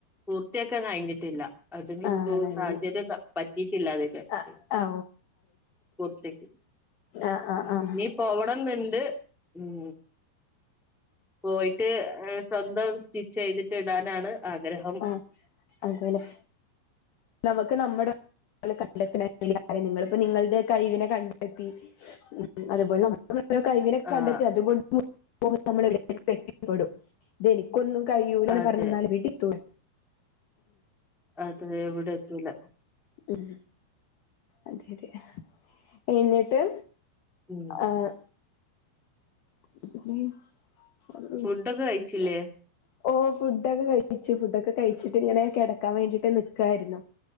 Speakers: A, in the centre; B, on the left.
A: പൂർത്തിയാക്കാൻ കഴിഞ്ഞിട്ടില്ല അതിന്
B: ആണല്ലേ
A: മുമ്പ് സാഹചര്യം പ പറ്റിട്ടില്ലാ വടെ <unintelligible>
B: ആ ആ
A: പോർത്തേക്ക്
B: ആഹ് ആഹ് ആഹ്
A: നീ പോവണം ന്ന്ണ്ട് ഉം പോയിട്ട് എഹ് സ്വന്തം സ്റ്റിച്ചെയ്തിട്ട് ടാനാണ് ആഗ്രഹം.
B: ആഹ് അതെല്ലെ നമക്ക് നമ്മടെ <unintelligible> നിങ്ങള്പ്പൊ നിങ്ങൾടെ കയ് വിനെ കണ്ടെത്തി ഉം അത്പോലെ നമ്മളെ കഴവിനെക്കെ
A: ആഹ്
B: കണ്ടെത്തി അതുകൊണ്ട് <unintelligible> നമ്മള് എവ്ടെങ്കിലൊക്കെ എത്തിപ്പെടും. ഇതെനിക്കൊന്നും കയ്യൂലാന്ന്
A: അതെ
B: പർഞ്ന്നാല് എവിടെത്തൂല.
A: അതെ എവിടെത്തൂല.
B: ഉം അതെയതെ എന്നിട്ട്.
A: ഉം
B: ആഹ് <unintelligible>
A: ഫുഡൊക്കെ കഴിച്ചില്ലേ
B: ഓഹ് ഫുഡൊക്കെ കഴിച്ചു ഫുഡൊക്കെ കയ്ച്ചിട്ട് ങ്ങനെ കെടക്കാൻ വേണ്ടിട്ട് നിക്കാര്ന്നു.